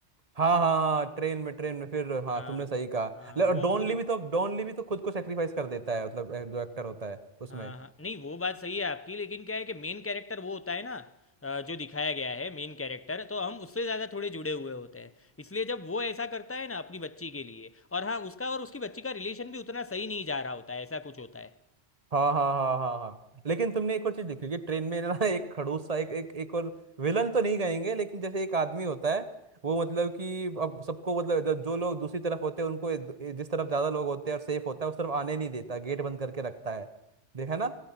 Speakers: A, on the right; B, on the left.
A: हाँ हाँ हाँ ट्रेन में ट्रेन में फिर हाँ
B: हाँ
A: तुमने सही कहा
B: हाँ
A: ले-
B: वो
A: और डॉन
B: खुद
A: ली भी तो डॉन ली भी तो खुद को सेक्रीफाइस कर देता है मतलब ए, जो एक्टर होता है उसमें
B: हाँ हाँ नहीं वो बात सही है आपकी लेकिन क्या है कि मेन कैरेक्टर वो होता है ना अ, जो दिखाया गया है मेन कैरेक्टर तो हम उससे ज़्यादा थोड़े जुड़े हुए होते हैं इसलिए जब वो ऐसा करता है ना अपनी बच्ची के लिए और हाँ उसका और उसकी बच्ची का रिलेशन भी उतना सही नहीं जा रहा होता है ऐसा कुछ होता है
A: हाँ हाँ हाँ हाँ हाँ लेकिन तुमने एक और चीज देखी होगी ट्रेन में ना <laughs> एक खड़ूस सा एक एक एक और विलन तो नहीं कहेंगे लेकिन जैसे एक आदमी होता है वो मतलब कि अब सबको मतलब जो जो लोग दूसरी तरफ होते हैं उनको ए- जिस तरफ ज्यादा लोग होते हैं और सेफ होता है उस तरफ आने नहीं देता गेट बंद करके रखता है देखा ना